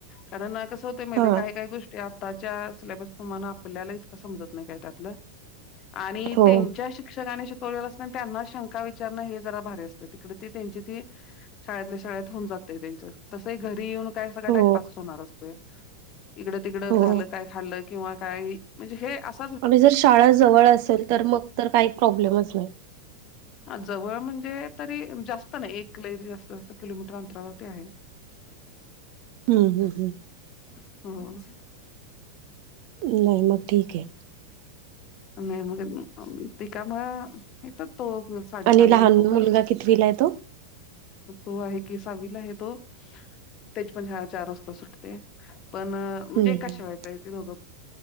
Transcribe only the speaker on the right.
हा
हो
हो
हो.
आणि् जर शाळा जवळ असेल तर मग तर काही प्रॉब्लेमच नाही.
हम् हम हम्
मग मग ठीक आहे.
आणि
लहान
मुलगा कितवीला आहे तो?
हम्म.